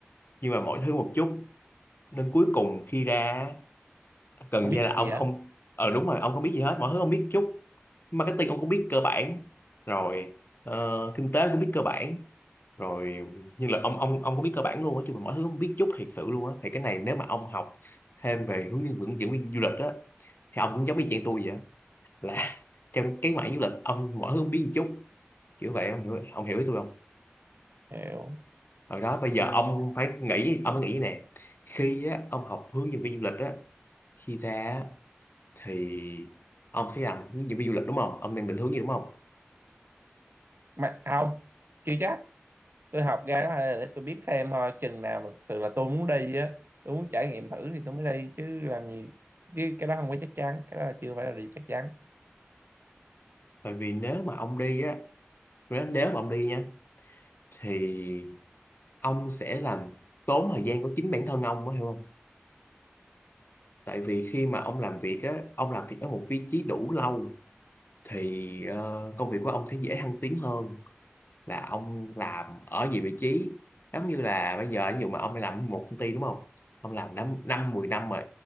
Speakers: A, on the left; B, on the right.
A: nhưng mà mọi thứ một chút nên cuối cùng khi ra gần
B: không
A: như
B: biết
A: là ông
B: gì hết
A: không ờ đúng rồi ông không biết gì hết mọi thứ ông biết chút marketing ông cũng biết cơ bản rồi ờ, kinh tế cũng biết cơ bản rồi nhưng là ông ông ông có biết cơ bản luôn á chứ mà mọi thứ không biết chút thiệt sự luôn á thì cái này nếu mà ông học thêm về hướng dẫn dẫn viên du lịch á thì ông cũng giống y chang tôi vậy á là <laughs> trong cái mảng du lịch ông mọi thứ không biết một chút kiểu vậy ông hiểu ông hiểu ý tôi không
B: hiểu
A: rồi đó bây giờ
B: nhưng
A: ông
B: mà
A: phải nghĩ ông phải nghĩ nè khi á ông học hướng dẫn viên du lịch á khi ra á, thì ông sẽ làm hướng dẫn viên du lịch đúng không ông đang định hướng gì đúng không
B: mà không chưa chắc tôi học ra đó là để tôi biết thêm thôi chừng nào mà thực sự là tôi muốn đi á tôi muốn trải nghiệm thử thì tôi mới đi chứ làm gì chứ cái đó không có chắc chắn cái đó là chưa phải là điều chắc chắn
A: bởi vì nếu mà ông đi á nếu nếu mà ông đi nha thì ông sẽ làm tốn thời gian của chính bản thân ông á hiểu không tại vì khi mà ông làm việc á ông làm việc ở một vị trí đủ lâu thì ờ, công việc của ông sẽ dễ thăng tiến hơn là ông làm ở nhiều vị trí giống như là bây giờ ví dụ mà ông làm một công ty đúng không ông làm năm năm mười năm rồi